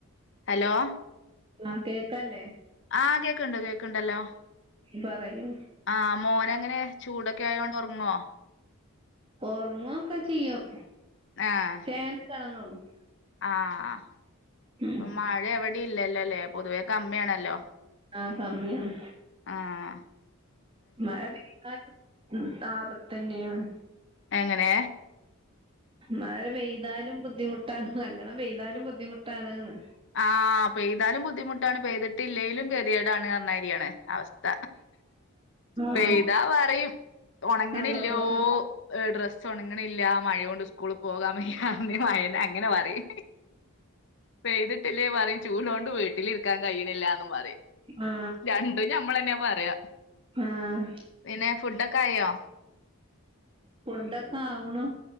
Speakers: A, on the left (about 55°); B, on the right (about 25°).
A: ഹലോ.
B: ആഹ് കേക്കല്ലേ?
A: ആഹ് കേക്കുണ്ട് കേക്കണ്ടല്ലോ
B: പറയൂ
A: ആഹ് മോൻ എങ്ങനെ ചൂടൊക്കെ ആയതോണ്ട് ഉറങ്ങുവോ?
B: ഓർങ്ങോക്കെ ചെയ്യും.
A: ആഹ്.
B: <unintelligible> കാണന്നള്ളൂ.
A: ആഹ്.
B: ഉം
A: മഴ എവിടിം ഇല്ലലോല്ലേ പൊതുവേ കമ്മിയാണല്ലോ
B: ആ കമ്മിയാണ്
A: ആഹ് മ
B: മഴ പെയ്ക്കാനും ആപതന്നെയാണ്.
A: എങ്ങനെ.
B: മഴ പെയ്താലും ബുദ്ധിമുട്ടാണ് നല്ലോണം പേയ്താലും ബുദ്ധിമുട്ടാണ്ന്ന്.
A: ആഹ് പെയ്താലും ബുദ്ധിമുട്ടാണ് പെയ്തിട്ടില്ലേലും കതിയടാണ് നന്നാരിയാണ്. അവസ്ഥ പെയ്താ
B: ആ
A: പറയും ഉണങ്ങണില്ലോ.
B: വെള്ളപ്പൊക്കം
A: ഒ ഡ്രസ്സ് ഉണങ്ങണില്ല മഴയ കൊണ്ട് സ്കൂളിൽ പോകാൻ വയ്യ മഴന അങ്ങനെ പറയും. പേയ്തിട്ടില്ലേ പറയും ചൂടൊണ്ട് വീട്ടിലിരിക്കാൻ കഴിയുന്നില്ലന്ന് പറയും
B: ആ
A: ര ര ഞമ്മളെന്നൊ പറയാ.
B: ആഹ്.
A: പിന്നെ ഫുഡൊക്കെ ആയോ?
B: ഫുടൊക്കെ ആവണു.